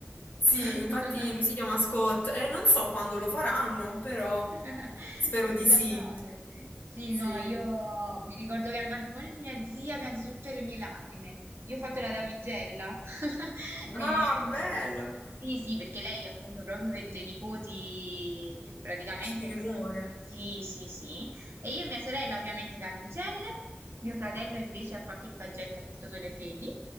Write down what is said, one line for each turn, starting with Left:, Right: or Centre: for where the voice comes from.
Left: Sì,
Right: <laughs>
Left: infatti lui si chiama Scott e non so quando lo faranno, però
Right: <laughs>
Left: spero
Right: Dovete
Left: di sì.
Right: andare. Sì,
Left: Sì.
Right: no, io mi ricordo che al matrimonio di mia zia piansi tutte le mie lacrime. Io ho fatto la damigella. <laughs> E-
Left: Ah, bello!
Right: Sì, sì, perché lei appunto proprio per le nipoti praticamente...
Left: Ci muore.
Right: Sì, sì, sì. E io e mia sorella ovviamente damigelle. Mio fratello invece ha fatto il paggetto, ha portato le fedi,